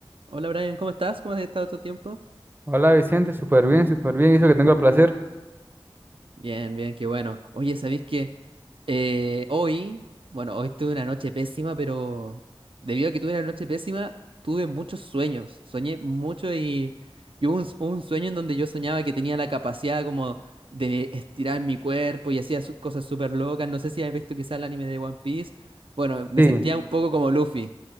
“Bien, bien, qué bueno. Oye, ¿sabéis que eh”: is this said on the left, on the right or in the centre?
Right